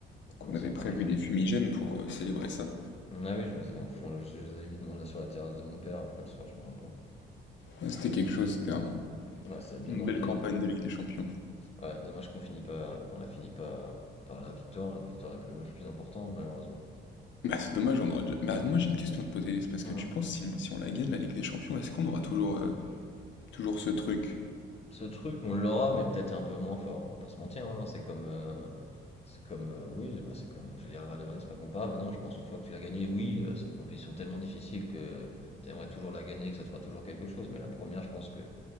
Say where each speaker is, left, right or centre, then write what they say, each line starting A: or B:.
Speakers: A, on the left; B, on the left.
A: qu'on
B: un ancien
A: avait
B: Parisien.
A: prévu des
B: qui-
A: fumigènes pour euh, célébrer ça.
B: Mm, Ah oui, je, les avais enfou- je les avais mis dans, là, sur la terrasse de mon père après le soir, je me rappelle.
A: Ouais, c'était
B: C'est,
A: quelque chose, c'était vraiment
B: ouais, ça a bien
A: une
B: marqué
A: belle campagne
B: en plus.
A: de Ligue des Champions.
B: Ouais, dommage qu'on finit pas, qu'on la finit pas par la victoire, la victoire, est le match le plus important, malheureusement.
A: Bah c'est dommage, on aura déjà... Bah moi j'ai une question à te poser, c'est parce
B: Mmh.
A: que tu penses si on, si on la gagne la Ligue des Champions, est-ce qu'on aura toujours euh, Toujours ce truc.
B: Ce truc, on l'aura, mais peut-être un peu moins fort, on va pas se mentir, hein. C'est comme, heu, c'est comme, heu, oui, bah, c'est comme j'ai dire la Real de Madrid, c'est pas comparable, mais non, je pense une fois que tu l'as gagné, oui, heu, c'est une compétition tellement difficile que tu aimerais toujours la gagner, que ça te fera toujours quelque chose, mais la première je pense que